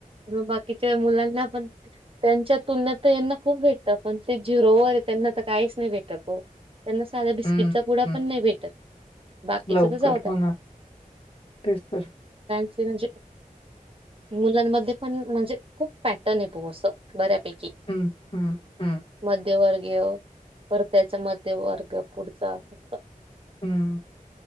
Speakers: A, on the right; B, on the left.
A: मग बाकीच्या मुलांना पण त्यांच्या तुलनेत तर यांना खूप भेटत, पण ते झिरोवर हे त्यांना तर काहीच नाही भेटत ओ त्यांना साधा बिस्किटचा
B: हं,
A: पुडा
B: हं.
A: पण नाही भेटत, बाकीच
B: लवकर.
A: तर जाऊद्या
B: हो ना. तर!
A: ते म्हणजे मुलांमध्ये पण म्हणजे, खूप पॅटर्न आहे बॉ असं बऱ्या पैकी
B: हं, हं, हं,
A: मध्यवर्ग अ परत त्याच्या मध्ये वर्ग पुढचा असं
B: हूं!